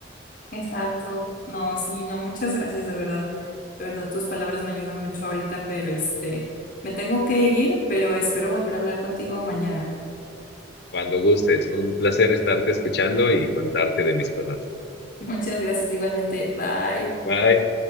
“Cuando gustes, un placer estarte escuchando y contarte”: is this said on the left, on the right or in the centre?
Left